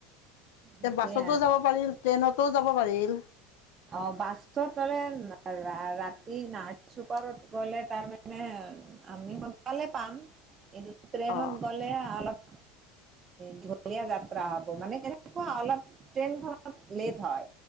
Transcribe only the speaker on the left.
এতিয়া বাছতো
যাব পাৰিল ট্ৰেইনতো যাব পাৰিল।
অ